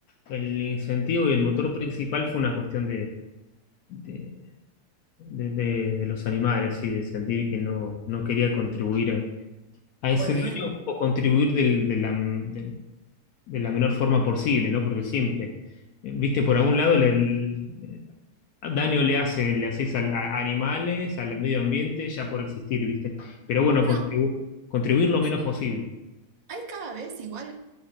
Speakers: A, on the left (about 75°); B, on the right (about 45°).
A: el incentivo y el motor principal fue una cuestión de, de, de- de- de los animales y de sentir que no, no quería contribuir a
B: Bueno,
A: ese daño
B: bien.
A: o contribuir del- de la, de- de la menor forma posible, ¿no? Porque siempre, eh, viste, por algún lado le- el, eh, daño le hace, le haces al- a, animales, al medio ambiente, ya por existir, viste. Pero bueno,
B: Bueno,
A: contribu- contribuir lo menos
B: y
A: posible.
B: hay cada vez igual,